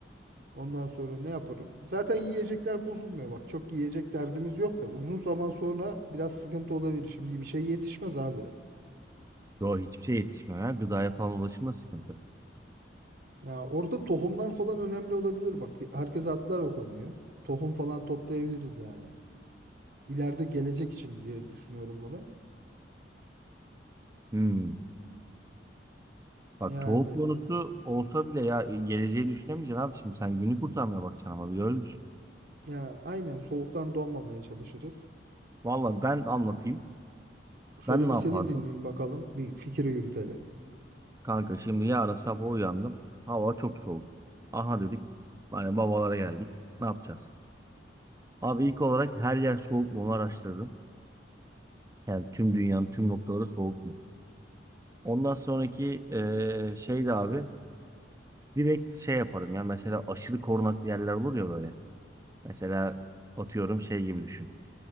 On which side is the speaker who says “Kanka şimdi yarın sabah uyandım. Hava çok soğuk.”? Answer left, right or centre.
Right